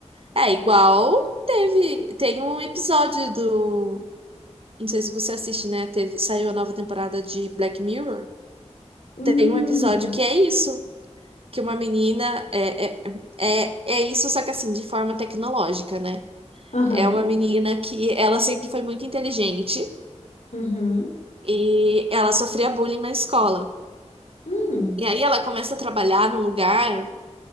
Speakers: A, on the right; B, on the left.
A: É igual teve, tem um episódio do Não sei se você assiste, né? Teve, saiu a nova temporada de Black Mirror.
B: Hum.
A: Tem um episódio que é isso, que uma menina é, é, é, é isso, só que assim, de forma tecnológica, né?
B: Aham.
A: É uma menina que ela sempre foi muito inteligente
B: Uhum.
A: e ela sofria bullying na escola.
B: Hum.
A: E aí ela começa a trabalhar no lugar